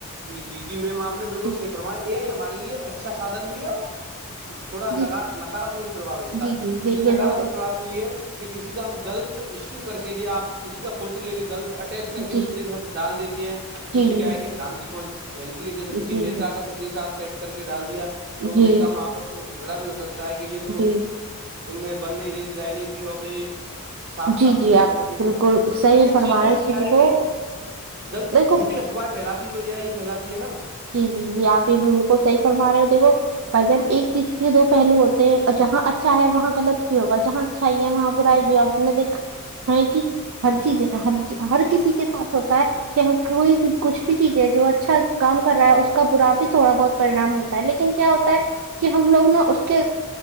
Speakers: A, on the right; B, on the right.
A: جی جی جی میم آپ نے بالکل
B: جی
A: صحی فرمایا یہ یہ ہمارے لیے اچھا سادھن بھی ہے اور تھوڑا نکاراتمک
B: جی
A: پربو ہے اس کا
B: جی جی
A: اس
B: دیکھیے
A: لیے نکاراتمک
B: تو
A: پربؤ یہ ہے کہ کسی کا ہم گلط ایشو کر کے آپ کسی کا فوٹو لے کے گغلط اٹیچ کر کے
B: جی
A: دوسرا سب ڈال دیتے ہیں تو
B: جی
A: اس سے
B: جی
A: کیا ہے کہ برانتی پہنچ پھیلتی ہے جیسے کسی
B: جی
A: نیتا
B: جی
A: کا کسی کے ساتھ سیٹ کر کے ڈال دیا تو
B: جی
A: نتا ہم آپس میں جھگڑا بھی ہو سکتا ہے کہ یہ تو
B: جی
A: ان میں بن نہیں رہی تھی رانیتی اور اب یہ ساتھ
B: جی
A: ساتھ
B: جی
A: رہنے
B: آپ
A: لگے
B: بالکل
A: تو
B: صحیح
A: یہ
B: فرما
A: چیزیں
B: رہے ہیں اس
A: کیا
B: چیز
A: ہے
B: کو
A: کہ غط
B: دیکھو
A: جھوٹی افواہیں پھیلاتی ہے تو یہیا ہی پھیلاتی ہے نا
B: یہاں پہ میرے کو صحیح فرما رہے ہو دیکھو بھائی جان ایک چیز کے لیے دو پہلو ہوتے ہیں اور جہاں چاہے وہاں غلط بھی ہوگا جہاں چاہیے وہاں برائی بھی اپ نے دیکھا ٹھیک ہے ہر کسی کے ساتھ ہوتا ہے کہ ہم کوئی چیز کچھ بھی چیز ہے جو اچھا کام کر رہا ہے اس کا برا بھی تھوڑا بہت پریشان ہوتا ہے لیکن کیا ہوتا ہے کہ ہم لوگوں نے اس کے